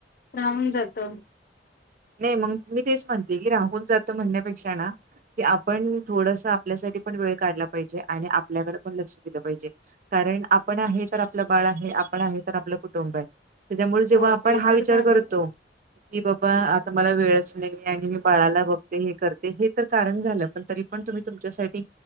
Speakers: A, on the left (about 55°); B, on the right (about 50°).
A: राहून जात
B: नाही मग मी तेच म्हणते की राहून जातं म्हणण्यापेक्षा ना की आपण थोडस आपल्यासाठी पण वेळ काढला पाहिजे आणि आपल्याकडे पण लक्ष दिलं पाहिजे कारण आपण आहे तर आपलं बाळ आहे आपण आहे तर आपलं कुटुंब आहे त्याच्यामुळे जेव्हा
A: हो
B: आपण
A: ते
B: हा
A: तर
B: विचार
A: झालंच.
B: करतो की बाबा मला वेळच नाही आणि मी बाळाला बघते हे करते हे तर कारण झालं पण तरी पण तुम्ही तुमच्यासाठी